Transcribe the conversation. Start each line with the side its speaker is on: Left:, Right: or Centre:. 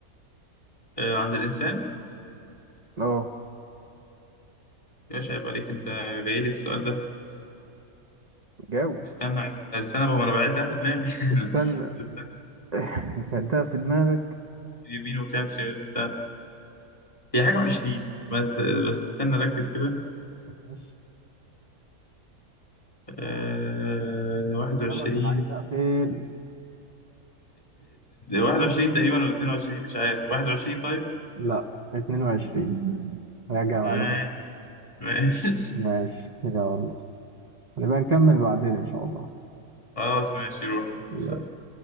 Left: آه، عند الإنسان
Right: اه
Left: إيش عيب عليك أنت جاي لي في السؤال ده
Right: جاوب
Left: استنى استنى بقى وأنا بعد ده في دماغي
Right: استنى
Left: <laughs> استنى
Right: <laughs> ده في دماغك
Left: يمين وكام شمال استنى هي حاجة وعشرين بس بس استنى ركز كده
Right: ماشي
Left: آه... 21
Right: يلا كان عايز اقفل
Left: 21 <laughs> تقريبا ولا 22 مش عارف 21 طيب
Right: لا 22 راجع
Left: آه...
Right: معلومات
Left: ماشي
Right: ماشي يلا هنبقى نكمل بعدين إن شاء الله
Left: خلاص ماشي روح يلا
Right: يلا.
Left: سلام